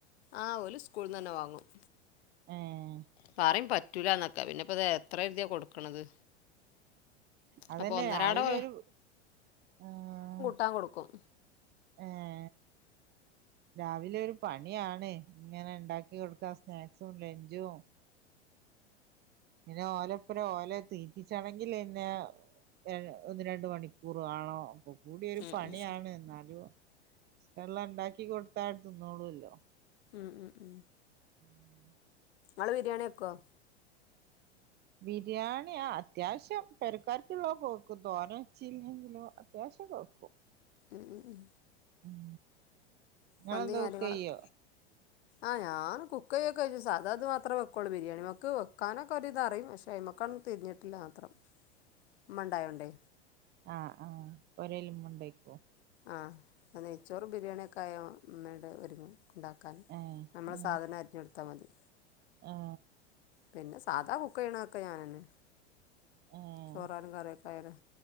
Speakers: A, on the left; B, on the right.
A: ആ ഓല് സ്കൂള്നന്നെ വാങ്ങും
B: ഏഹ്
A: പറയും പറ്റൂലന്നൊക്ക പിന്നെപ്പ ഇത് എത്ര കരുതിയാ കൊടുക്കണത്
B: അതന്നെ
A: അപ്പൊ ഒന്നരാടം
B: രാവിലെ ഒരു ആഹ്
A: ത്താൻ കൊടുക്കും
B: ആഹ് രാവിലെ ഒരു പണിയാണേ ങ്ങനെ ഇണ്ടാക്കി കൊടുക്കാ സ്നാക്സും ലഞ്ചും പിന്നെ ഓലപ്പര ഓലെ തീറ്റിച്ചാലങ്കിലെന്നെ ഏഹ് ഒന്ന് രണ്ട് മണിക്കൂറു വാണം പ്പൊ കൂടിയൊരു
A: ഉം
B: പണിയാണ്
A: ഉം
B: ന്നാലും എള്ളം ഇണ്ടാക്കി കൊടുത്താ അവര് തിന്നോള്ളുല്ലോ
A: ഉം ഉം ഉം
B: ഉം
A: ങ്ങള് ബിരിയാണി വെക്കൊ
B: ബിരിയാണി ആഹ് അത്യാവശ്യം പെരക്കാർക്കുള്ളതൊക്ക വെക്കും തോനെ ച്ചിലെങ്കിലും അത്യാവശ്യൊക്ക വക്കും
A: ഉം ഉം ഉം
B: ഉം നിങ്ങളെന്താ
A: മന്തി കാര്യങ്ങളൊക്കെ
B: കുക്ക് ചെയ്യോ
A: ആഹ് ഞാന് കുക്കെയ്യൊക്കെ ഇയും സാധാ ദ് മാത്രേ വെക്കോള്ളു ബിരിയാണി മക്ക് വെക്കാനൊക്കെ ഒരിത് അറിയും പക്ഷെ അയ്മ ക്കൊന്നും തിരിഞ്ഞിട്ടില്ല മാത്രം ഉമ്മ ഇണ്ടായോണ്ടേ
B: ആഹ് ആഹ് പൊരെലുമ്മ ണ്ടായിക്കോ
A: ആഹ് ആ നെയ്ച്ചോറും ബിരിയാണ്യൊക്കായ ഉമ്മേടെ ഒരുങ്ങും ഇണ്ടാക്കാൻ
B: ആ
A: നമ്മളാ
B: ആ
A: സ് സാധനം അരിഞ്ഞൊടുത്താ മതി
B: ആ
A: പിന്നെ സാധാ കുക്കെയ്യണതൊക്കെ ഞാനന്നെ
B: ആ
A: ചോറാലും കറിയൊക്കെ ആയാലും